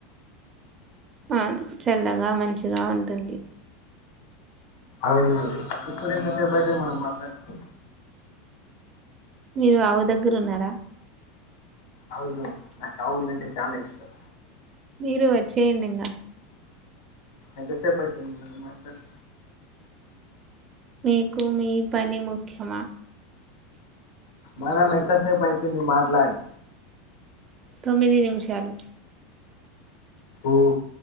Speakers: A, on the right (about 35°); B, on the left (about 70°).
A: అవ్ను చల్లగా మంచిగా ఉంటుంది
B: అవును ఇప్పుడు ఎంతసేపు అయితుంది మనం మాట్లాడి
A: మీరు ఆవు దగ్గరున్నారా
B: అవును నాకు ఆవులంటే చాలా ఇష్టం
A: మీరు వచ్చేయండి ఇంకా
B: ఎంతసేపైతుంది మనం మాట్లాడి
A: మీకు మీ పని ముఖ్యమా
B: మనం ఎంతసేపైతుంది మాట్లాడి
A: తొమ్మిది నిమ్షాలు
B: ఓ